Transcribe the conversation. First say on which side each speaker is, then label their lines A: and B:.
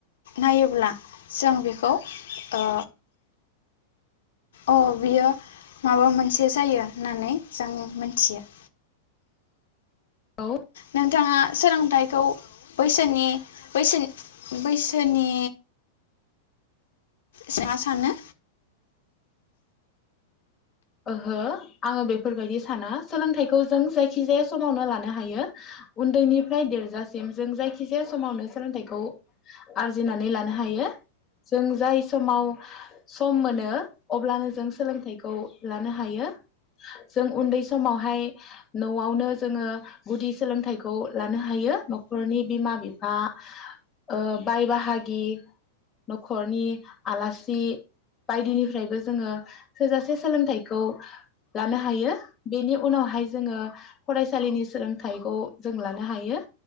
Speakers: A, on the left; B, on the left.
A: नायोब्ला जों बेखौ ओ अ बियो माबा मोनसे जायो होननानै जों मोनथियो।
B: औ
A: नोंथाङा सोलोंथाइखौ बैसोनि बैसोनि बैसोनि सोङा सानो
B: ओहो आङो बेफोरबायदि साना सोलोंथाइखौ जों जायखिजाया समावनो लानो हायो उन्दैनिफ्राय देरजासिम जों जायखिजाया समावनो सोलोंथाइखौ आरजिनानै लानो हायो जों जाय समाव सम मोनो अब्लानो जों सोलोंथाइखौ लानो हायो जों उन्दै समावहाय न'आवनो जोङो गुदि सोलोंथाइखौ लानो हायो न'खरनि बिमा बिफा ओ बाय बाहागि न'खरनि आलासि बायदिनिफ्रायबो जोङो थोजासे सोलोंथखौ लानो हायो बेनि उनावहाय जोङो फरायसालिनि सोलोंथाइखौ जों लानो हायो